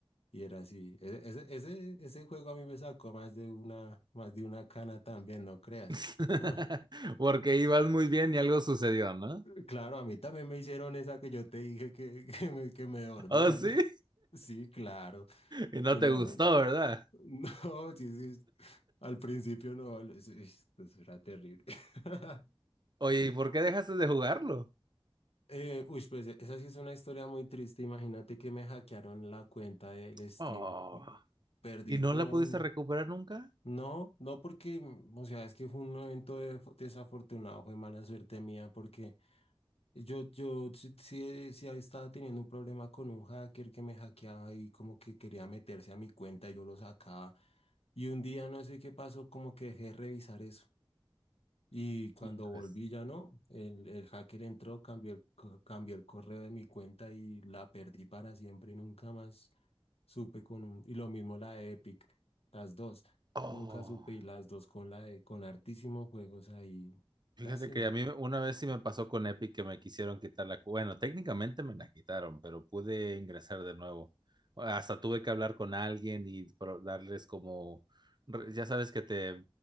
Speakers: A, on the left (about 85°); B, on the right (about 45°).
A: Y era así. Ese, ese, ese ese juego a mí me sacó más de una, más de una cana también, no creas.
B: <laughs>
A: Ah,
B: Porque ibas muy bien y algo sucedió, ¿no?
A: Claro, a mí también me hicieron esa que yo te dije que, <laughs> que me, que me dormían.
B: Oh, sí.
A: <laughs> Sí, claro.
B: Y no
A: Una-
B: te gustó,
A: un-
B: ¿verdad?
A: No, sí, sí. Al principio no, lo- eso eso era terrible. <laughs>
B: Oye, ¿y por qué dejaste de jugarlo?
A: Eh, uy, pues esa sí es una historia muy triste. Imagínate que me hackearon la cuenta del Steam
B: Oh.
A: y perdí
B: ¿Y no
A: todo.
B: la pudiste
A: mm,
B: recuperar nunca?
A: No, no porque, mm, o sea, es que fue un evento de- desafortunado, fue mala suerte mía porque Yo, yo sí, sí, sí estaba teniendo un problema con un hacker que me hackeaba y como que quería meterse a mi cuenta y yo lo sacaba. Y un día no sé qué pasó, como que dejé de revisar eso. Y cuando
B: Hijos.
A: volví ya no, el, el hacker entró, cambió el, co- cambió el correo de mi cuenta y la perdí para siempre y nunca más supe con un... Y lo mismo la de Epic, las dos.
B: Oh,
A: Nunca supe y las dos con la de, con hartísimos juegos ahí.
B: fíjate
A: Lástima.
B: que a mí una vez sí me pasó con Epic que me quisieron quitar la... cu- Bueno, técnicamente me la quitaron, pero pude ingresar de nuevo. Hasta tuve que hablar con alguien y pro- darles como... re- Ya sabes que te...